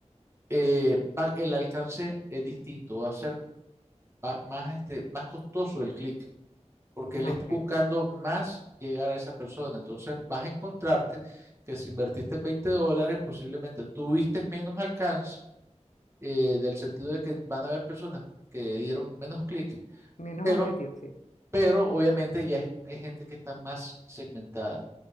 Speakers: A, on the right (about 20°); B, on the left (about 85°).
A: eh, va- el alcance es distinto, va a ser va- más, este, más costoso el clic, porque
B: Ah,
A: él está
B: ok.
A: buscando más llegar a esa persona. Entonces vas a encontrarte que si invertiste 20 dólares, posiblemente tuviste menos alcance, eh, del sentido de que van a haber personas que dieron menos clic,
B: Menos
A: pero,
B: objetivo, sí.
A: pero obviamente ya es, es gente que está más segmentada.